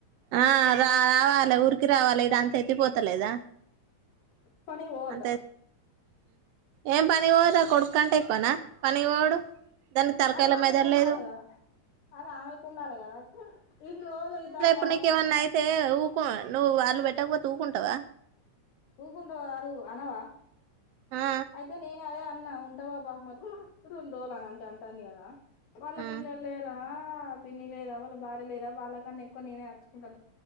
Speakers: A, on the right; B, on the left.
A: ఆ రా రావాలి ఊరికి రావాలి ఇడ అంతా ఎత్తిపోతలేదా
B: పని పోవదా
A: అంత ఏం పని పోదు కొడుకుంటే ఎక్కునా పని పోడు దానికి తలకాయల
B: అదే ఆమెకు
A: మెదడులేదు
B: ఉండాలి కదా అదే ఆమెకు ఉండాలి కదా ఇన్ని రోజులు ఇది అంద
A: ఇపుడు నీకు ఏమైన్నా అయితే ఊకు నువ్ వాళ్ళు పెట్టకపోతే ఊకుం కదా
B: ఊకుంటావా నువు అన్నవా
A: ఆ
B: అయితే నేను అదే అన్నా ఉం <unintelligible> రెండు రోజులు అంటే అంటుంది కదా వాళ్ళ
A: ఆ
B: పిల్లలు లేరా ఆ పిన్ని లేదా వాళ్ళ భార్య లేదా వాళ్ళ కన్నా ఎక్కువ నేనేే అర్చుకుంటా